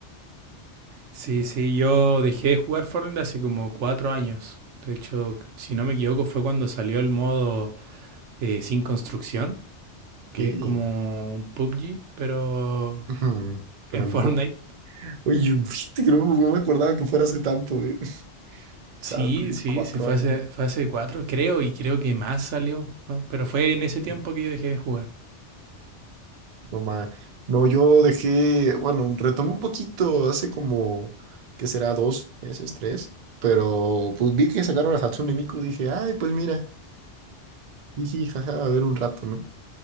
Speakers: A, on the right; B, on the right.
A: Sí, sí, yo dejé de jugar Fortnite hace como cuatro años. De hecho, si no me equivoco, fue cuando salió el modo eh, sin construcción, que
B: Sí.
A: es como un PUBG, pero
B: Ujú. Pero
A: en
B: en
A: <laughs> Fortnite.
B: Fortnite Oye, <laughs> yo- fíjate que no, no me acordaba que fuera hace tanto, güey. <laughs> O
A: Sí,
B: sea, tienes
A: sí,
B: cuatro
A: sí, fue
B: años.
A: hace, fue hace cuatro, creo, y creo que más salió, ¿no? Pero fue en ese tiempo
B: güey.
A: que yo dejé de jugar.
B: No, ma. No, yo dejé, bueno, retomé un poquito hace como, ¿qué será? Dos meses, tres. Pero pues vi que sacaron a Hatsune Miku, dije, ay, pues mira, jiji, jaja, a ver un rato, ¿no?